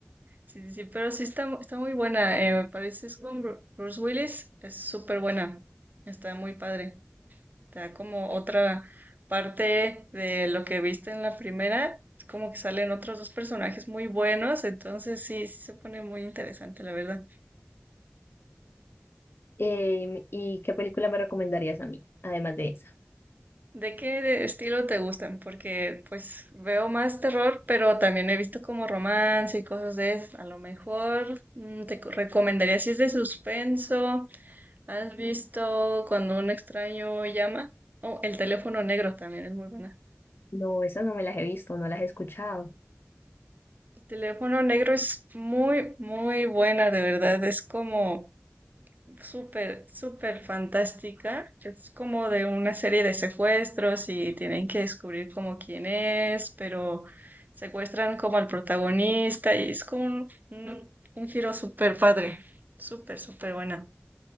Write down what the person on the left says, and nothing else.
Em, ¿y qué película me recomendarías a mí, además de esa?
No, esas no me las he visto, no las he escuchado.